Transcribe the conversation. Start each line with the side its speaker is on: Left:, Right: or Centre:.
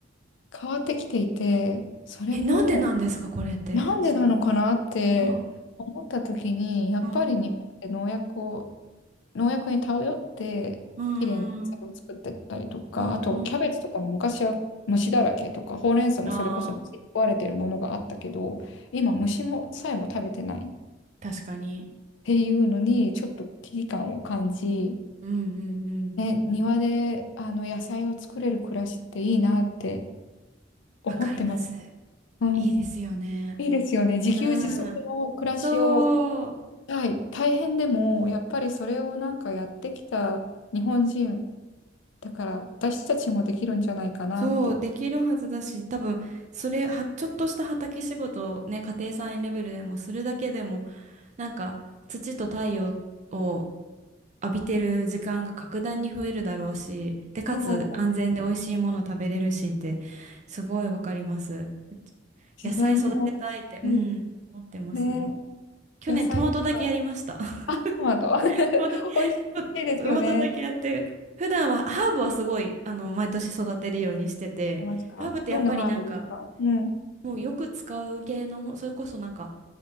Left: 変わってきていて、それも
Right: え、なんでなんですか、これって。
Left: なんでなのかなって思った時に、
Right: うん、
Left: やっぱり日本って農薬を
Right: うん、
Left: 農薬に頼って綺麗な野菜を作ってたりとか、
Right: うん。うんうんうんうん。
Left: あとキャベツとかも昔は虫だらけとか、ほうれん草もそれこそ虫に食われてるものがあったけど、
Right: ああ、
Left: 今虫もさえも食べてないっ
Right: 確かに。
Left: ていうのにちょっと危機感を感じ、
Right: うんうんうん。
Left: ね、庭であの野菜を作れる暮らしっていいなって思ってます。
Right: わかります。
Left: うん、
Right: いいですよね。
Left: いいですよね。自給自足の暮らしを、
Right: うん。そう。
Left: はい、大変でもやっぱりそれをなんかやってきた日本人だから私たちもできるんじゃないかなって。
Right: そう、できるはずだし、多分、それは、ちょっとした畑仕事をね、家庭菜園レベルでもするだけでも、なんか、土と太陽を浴びてる時間が格段に増えるだろうし、で、かつ安全で美味しいもの食べれるしって、
Left: そう。
Right: すごいわかります。うち野菜育てたいって、
Left: 自然の
Right: うん、
Left: うん。
Right: 思ってます。
Left: ね、
Right: 去年トマトだけやりました。
Left: 野菜とか、あ、トマト。<laughs>
Right: <laughs> トマト、
Left: 美味しいですよね。
Right: トマトだけやって、普段はハーブはすごい、あの、毎年育てるようにしてて、
Left: いますかどんなハーブですかうん。
Right: ハーブってやっぱりなんか、もうよく使う系の、それこそなんか、